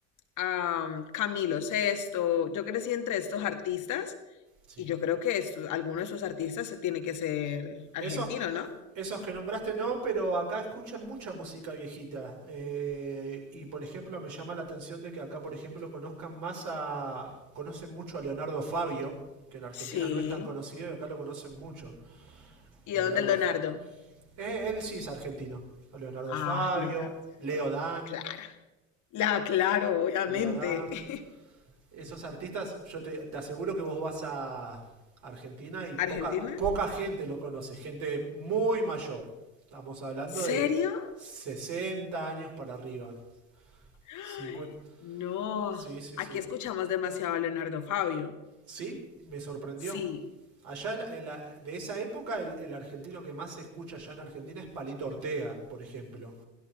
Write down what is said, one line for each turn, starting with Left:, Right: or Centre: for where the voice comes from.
Left: am, Camilo Sesto. Yo crecí entre estos artistas
Right: Sí.
Left: y yo creo que estos, alguno de esos artistas se tiene que ser argentino,
Right: Esos,
Left: ¿no?
Right: esos que nombraste no, pero acá escuchan mucha música viejita. Eh, y por ejemplo, me llama la atención de que acá, por ejemplo, conozcan más a. Conocen mucho a Leonardo Fabio, que en Argentina
Left: Sí.
Right: no es tan conocido y acá lo conocen mucho.
Left: ¿Y
Right: Leonardo,
Left: dónde es Leonardo?
Right: Eh, él sí es argentino. Leonardo
Left: Ah,
Right: Fabio,
Left: Leonardo.
Right: Leo Dan,
Left: Claro. La aclaro, obviamente.
Right: Leo Dan.
Left: <laughs>
Right: Esos artistas, yo te, te aseguro que vos vas a Argentina y poca,
Left: ¿Argentina?
Right: poca gente los conoce, gente muy mayor. Estamos hablando
Left: ¿Serio?
Right: de 60 años para arriba.
Left: Ay,
Right: cincuenta.
Left: no,
Right: Sí, sí,
Left: aquí
Right: sí.
Left: escuchamos demasiado a Leonardo Fabio.
Right: Sí, me sorprendió.
Left: Sí,
Right: Allá el- el- de esa época, el, el argentino que más se escucha allá en Argentina es Palito Ortega, por ejemplo.